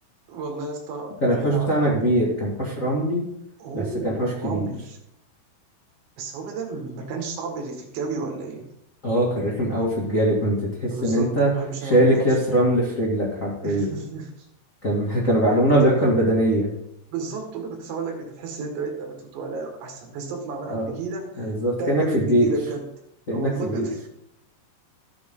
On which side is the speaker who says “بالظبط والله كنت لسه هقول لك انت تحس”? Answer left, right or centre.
Right